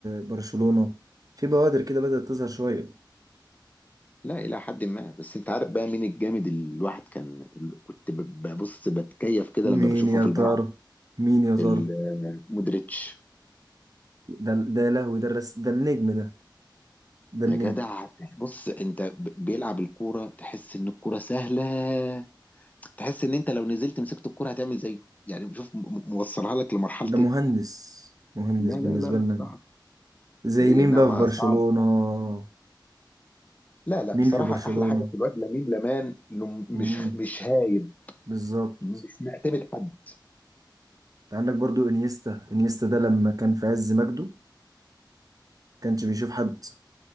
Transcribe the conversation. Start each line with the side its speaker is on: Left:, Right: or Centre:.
Right: برشلونة في بوادر كده بدأت تظهر شوية
Left: لا الى حد ما بس انت عارف بقى مين الجامد اللي الواحد كان اللي كنت ب- ببص بتكيف كده
Right: مين
Left: لما بشوفه
Right: يا
Left: في الملعب
Right: ترى مين يا ترى
Left: ال- مودريتش
Right: ده ده يا لهوي ده الرس ده النجم ده ده
Left: يا
Right: النجم
Left: جدع بص انت ب- بيلعب الكوره تحس ان الكوره سهله تحس ان انت لو نزلت مسكت الكوره هتعمل زيه يعني شوف م- م- موصلها لك لمرحله
Right: ده مهندس
Left: ايه
Right: مهندس
Left: لا
Right: بالنسبة
Left: لا لا لا
Right: لنا
Left: صعب
Right: زي
Left: علي
Right: مين
Left: النعمة
Right: بقى في برشلونة
Left: صعب لا لا
Right: مين
Left: بصراحة
Right: في برشلونة
Left: أحلى حاجة في الواد لامين لمان إنه مش
Right: مم.
Left: مش هايب
Right: بالظبط
Left: مش معتمد حد
Right: انت عندك برضو انيستا انيستا ده لما كان في عز مجده كانش بيشوف حد